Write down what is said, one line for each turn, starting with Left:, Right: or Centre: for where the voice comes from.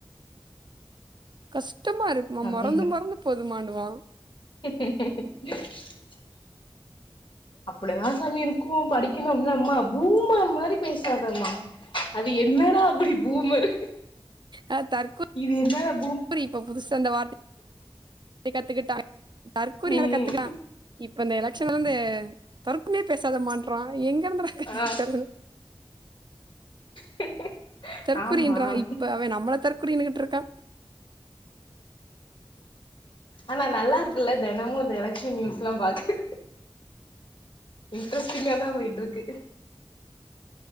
Right: கஷ்ட கஷ்டமா இருக்குமா
Left: அதேதா
Right: மறந்து மறந்து போதுமான்னுவா <inaudible>
Left: <unintelligible> அப்டிதா சாமி இருக்கு படிக்கனு அப்டினா பூமர் மாரி பேசாதம்மா அது என்னடா அப்டி பூமர்
Right: ஆ தற்கொலை
Left: இது என்னட அ
Right: இப்ப புதுசு அந்த வார்த்த கத்துக்கிட்டா தற்குறி
Left: ம்
Right: கத்துக்கான் இப்ப இந்த எலக்க்ஷ எலக்ஷான்லருந்து தருக்குமே பேசாத மாட்ன்றா எங்க இருந்துற கத்துரு
Left: ஆ <unintelligible>
Right: தரற்குரின்றா
Left: ஆமா
Right: இப்ப அவ நம்மள தற்குரி குறியீன்ருக்கா
Left: ஆனா நல்லா இருக்குல்ல தினமு இந்த எலக்க்ஷன் நியூஸ் எல்லா பாக்க இன்ட்ரெஸ்டிங்கா தா போயிட்டு இருக்கு